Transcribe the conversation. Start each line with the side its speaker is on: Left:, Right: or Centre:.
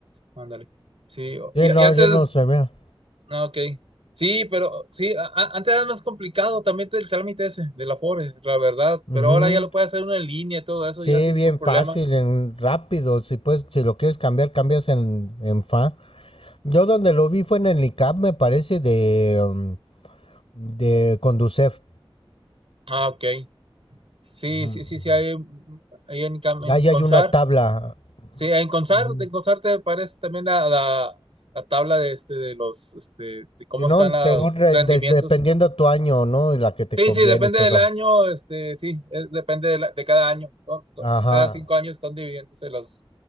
Right: Ándale. Sí, o-
Left: Sí,
Right: y,
Left: no,
Right: y antes,
Left: yo no sé, mira.
Right: ah, ok. Sí, pero sí, a- a- antes era más complicado también el trámite ese del Afore, la verdad,
Left: Ujú.
Right: pero ahora ya lo puede hacer uno en línea y todo eso,
Left: Sí,
Right: ya sin
Left: bien
Right: ningún problema.
Left: fácil, en rápido. Si puedes, si lo quieres cambiar, cambias en, en FA. Yo donde lo vi fue en el ICAP, me parece, de, um, de Conducef.
Right: Ah, ok. Sí,
Left: Ujú.
Right: sí, sí, sí, hay, hay en, Cam- en
Left: Ahí
Right: Consar.
Left: hay una tabla.
Right: Sí, en Consart,
Left: Ujú.
Right: en Consart te aparece también la, la- la tabla de este de los este de cómo
Left: Si no,
Right: están los
Left: según re-
Right: rendimientos.
Left: de- dependiendo tu año, ¿no? Y la que te
Right: Sí,
Left: conviene
Right: sí, depende
Left: y todo.
Right: del año, este, sí, es- depende de, la- de cada año. ¿no? So- so-
Left: Ajá.
Right: Cada cinco años están dividiéndose los,